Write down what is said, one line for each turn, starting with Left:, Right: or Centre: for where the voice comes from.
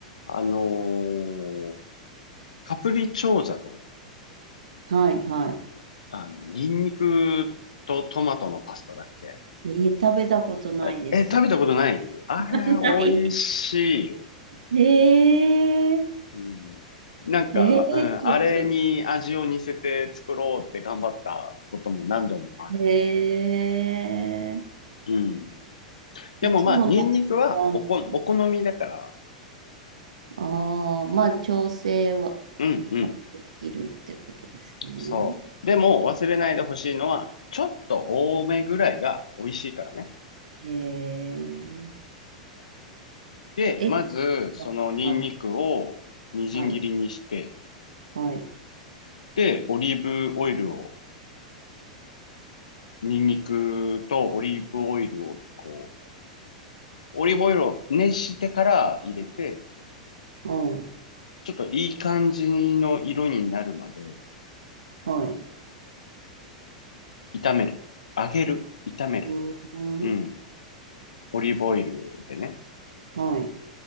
Left: あのーカプリチョーザの、
Right: はいは
Left: あの、ニンニクとトマトのパスタだっけ
Right: い。えー食べたことないです。
Left: あれえ、食べたことないあれ、
Right: <laughs> ない。
Left: 美味しいよ。
Right: えー、
Left: うん。なんか、
Right: えー、
Left: うん、
Right: ちょっと、
Left: あれに味を似せて作ろうって頑張ったことも何度もある。
Right: え
Left: うん。でもまあ、
Right: ー、いつもなんかラーメン、
Left: ニンニクはおこ、お好みだから、
Right: ああ、まあ、調整は、
Left: うんうん、
Right: はできるってことですね。
Left: そう。でも忘れないでほしいのは、ちょっと多めぐらいが美味しいからね。
Right: えー、
Left: で、
Right: え、
Left: まず、そのニンニクをみじん切りにして、
Right: あはい、はい、はい、
Left: で、オリーブオイルを、ニンニクとオリーブオイルを、こう、オリーブオイルを熱してから入れて、
Right: うん、
Left: ちょっといい感じの色になるまで
Right: はい、
Left: 炒める。揚げる。炒める。
Right: うん、うん
Left: うん。オリーブオイルでね。
Right: はい、